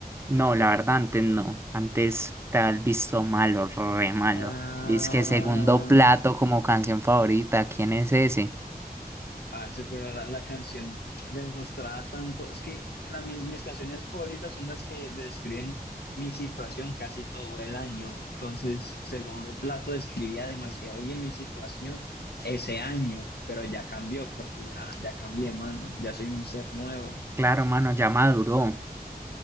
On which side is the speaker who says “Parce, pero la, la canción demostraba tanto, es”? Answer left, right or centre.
Left